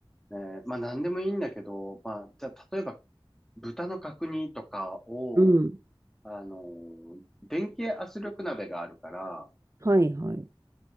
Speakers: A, in the centre; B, on the right (about 35°).
A: えーまあ何でもいいんだけど、まあじゃあ例えば豚の角煮とかを、
B: うん。
A: あのー電気圧力鍋があるから、
B: はい、はい。